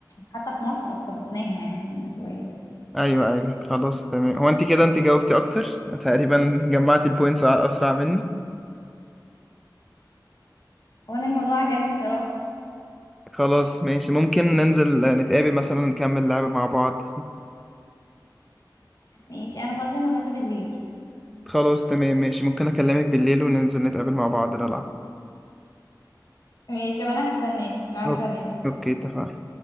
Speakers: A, on the left; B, in the centre.
A: حتى في مصر اقتبسناها يعني من الروايه دي
B: ايوه ايوه خلاص تمام هو انت كده انت جاوبتي اكتر تقريبا جمعتي البوينتس اسرع مني
A: وانا الموضوع عجبني صراحه
B: خلاص ماشي ممكن ننزل آه، نتقابل مثلا نكمل لعب مع بعض
A: ماشي انا فاضيه النهارده بالليل
B: خلاص تمام ماشي ممكن اكلمك بالليل وننزل نتقابل مع بعض نلعب
A: ماشي وانا هستناك مع السلامة
B: أوك- اوكي اتفقنا